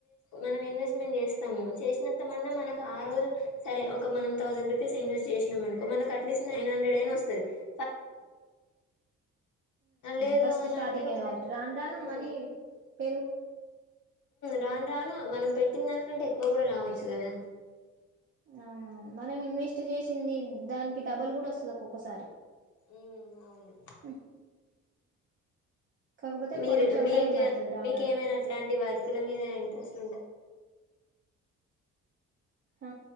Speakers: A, on the left; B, on the right.
A: మనం ఇన్వెస్ట్మెంట్ చేస్తాము చేసినంత మందం మనకు ఆ రోజు సరే ఒక మనం థౌసండ్ రూపీస్ ఇన్వెస్ట్ చేసినం అనుకో మనకు అట్లీస్ట్ నైన్ హండ్రెడ్ అయిన వస్తది ఫస్ట్ రోజు. లేదు
B: ఫస్ట్
A: అని
B: స్టార్టింగే
A: అంటే ఒకవేళ
B: కావచ్చు రాను రాను
A: ఉమ్,
B: మనీ పెరుగుతా ఉంటది.
A: రాను రాను మనం పెట్టిన దానికంటే ఎక్కువ గూడా రావచ్చు కదా.
B: అవునవును మనం ఇన్వెస్ట్ చేసింది దానికి డబల్ గుడా వస్తది ఒక్కొక్కసారి
A: ఉమ్, అవును
B: హ్మ్ కాకపోతే
A: మీరు
B: కొంచెం
A: మీకు
B: టైం పడుతది రావడానికి
A: మీకేమైనా అట్లాంటి వర్క్ల మీద ఇంట్రెస్ట్ ఉంటదా అండి.
B: ఆ